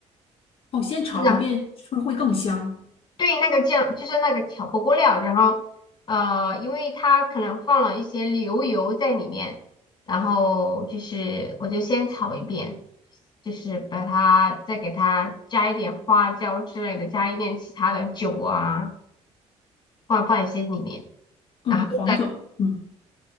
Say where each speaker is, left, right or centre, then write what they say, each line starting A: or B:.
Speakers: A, on the left; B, on the left.
A: 哦，先炒一遍，
B: 那。
A: 是不是会更香？
B: 对，那个酱就是那个调火锅料，然后呃，因为它可能放了一些牛油在里面，然后就是我就先炒一遍，就是把它再给它加一点花椒之类的，加一点其他的酒啊，放放一些里面，
A: 嗯，
B: 然后再
A: 黄酒，嗯，